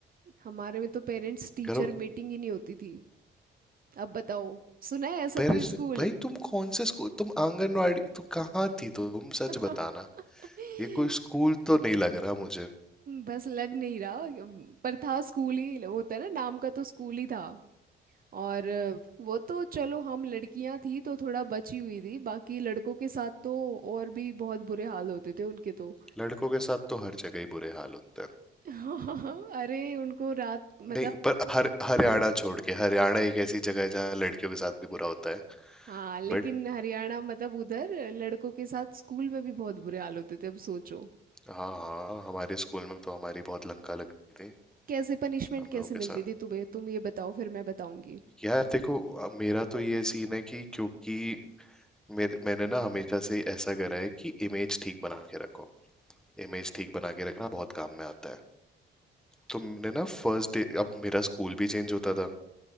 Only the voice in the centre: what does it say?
घर
पेरेंट्स
भाई तुम कौन से स्कूल तुम आंगनवाड़ी तू कहाँ थी तुम सच
बताना ये कोई स्कूल तो नहीं लग रहा मुझे
लड़कों के साथ तो हर जगह ही बुरे हाल होते हैं
नहीं पर हर हरियाणा छोड़ के हरियाणा एक ऐसी जगह है जहाँ लड़कियों के साथ भी बुरा होता है
बट
हाँ हाँ हमारे स्कूल में तो हमारी बहुत लंका लगती थी
हम
लोगों के
साथ
यार देखो अब मेरा तो ये सीन है कि क्योंकि मेरे, मैंने ना हमेशा से ऐसा करा है कि इमेज ठीक बना के रखो इमेज ठीक बना के रखना बहुत काम में आता है तो मैंने ना फर्स्ट डे अब मेरा स्कूल भी चेंज होता था